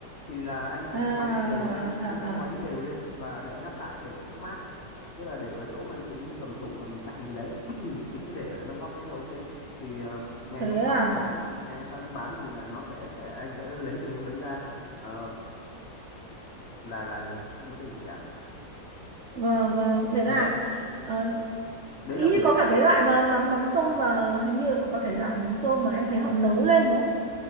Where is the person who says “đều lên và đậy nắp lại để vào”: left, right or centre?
Left